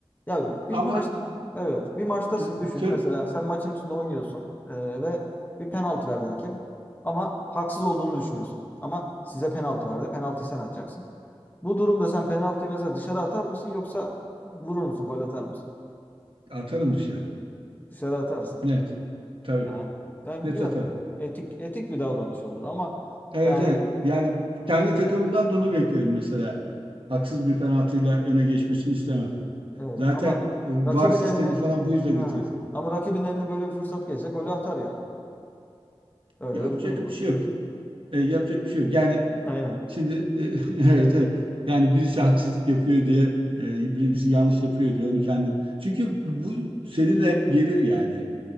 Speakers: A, on the left (about 20°); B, on the right (about 60°).
A: Ya bir
B: Ama
A: maç evet bir maçtasın
B: e,
A: düşün
B: söyle,
A: mesela sen maçın içinde oynuyorsun e, ve bir penaltı verdi hakem ama haksız olduğunu düşünüyorsun ama size penaltı verdi penaltıyı sen atacaksın Bu durumda sen penaltıyı mesela dışarı atar mısın yoksa vurur musun, gol atar mısın?
B: Atarım dışarı.
A: Dışarı atarsın.
B: Net. Tabii.
A: Yani, yani
B: Net
A: güzel,
B: atarım.
A: etik etik bir davranış olur ama
B: Evet
A: yani
B: evet. Yani kendi takımımdan da onu beklerim mesela. Haksız bir penaltıyla öne geçmesini istemem.
A: evet
B: Zaten
A: ama
B: e, VAR
A: rakibin
B: sistemi
A: eline
B: falan bu yüzden
A: ha
B: getirir.
A: ama rakibin eline böyle bir fırsat geçse golü atar yani. Öyle
B: Yapacak
A: de bir durum
B: bir
A: var.
B: şey yok. E, yapacak bir şey yok. Yani
A: Aynen.
B: şimdi e, <laughs> evet evet. Yani birisi haksızlık yapıyor diye e, birisi yanlış yapıyor diye onu kendi. Çünkü bu seninle hep gelir yani.